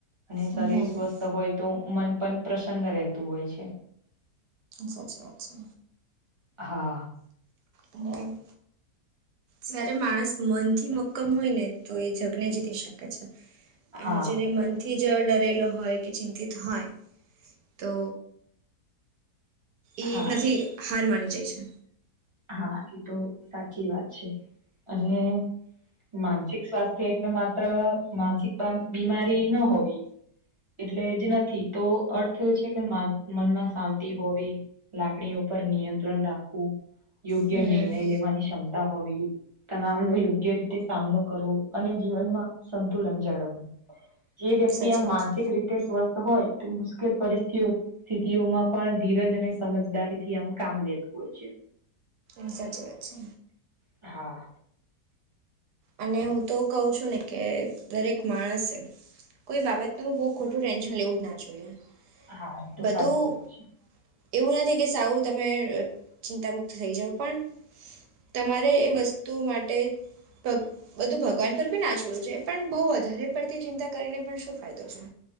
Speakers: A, on the right; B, on the right.
A: અને
B: હમ્મ
A: શરીર સ્વસ્થ હોય તો મન પણ પ્રસન્ન રહેતું હોય છે.
B: સાચી વાત છે.
A: હા.
B: હમ જારે માણસ મનથી મક્કમ હોય ને તો એ જગ ને જીતી શકે છે
A: હા
B: જ્યારે મનથી જ ડરેલો હોય કે ચિંતિત હોય તો એ
A: હા
B: નથી હાર માની જાય છે.
A: હા એ તો સાચી વાત છે અને માનસિક સ્વાસ્થ્ય એટલે માત્ર માનસિક બીમારી ન હોવી- એટલે જ નથી તો અર્થ છે કે મ મનમાં શાંતિ હોવી. લાકડી ઉપર નિયંત્રણ રાખવું. યોગ્ય
B: હમ
A: નિર્ણય લેવાની ક્ષમતા હોવી. તણવ નો યોગ્ય રીતે સામનો કરવો અને જીવનમાં સંતુલન જાળવવું. જે વ્યક્તિ
B: સાચી
A: આમ
B: વાત
A: માનસિક
B: છે
A: રીતે સ્વસ્થ હોય તે મુશ્કેલ પરિસ્થિતઓ સ્થિતિઓમાં પણ ધીરજ અને સમજદારી થી આમ કામ લેતું હોય છે.
B: એ સાચી વાત છે.
A: હા.
B: અને હું તો કઉ છું ને કે દરેક માણસે કોઈ બાબત તો બઉ ખોટું ટેન્શન લેવું જ ના જોઈએ
A: હા એ તો
B: બધું
A: સાચી વાત છે.
B: એવું નથી કે સાવું તમે ચિંતા મુક્ત થઇ જાાવ પણ તમારે એ વસ્તુ માટે બધું ભગવાન પર બી ના છોડું છે પણ બહુ વધારે પડતી ચિંતા કરીને પણ શું ફાયદો છે.